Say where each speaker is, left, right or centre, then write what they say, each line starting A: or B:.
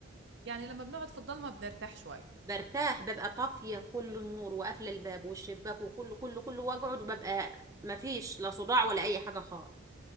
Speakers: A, on the right; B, on the right.
A: يعني لما بنقعد في الضلمة بنرتاح شوية
B: برتاح ببقى طافية كل النور وقافلة الباب والشباك وكله كله كله واقعد وببقى مفيش لا صداع ولا أي حاجة خالص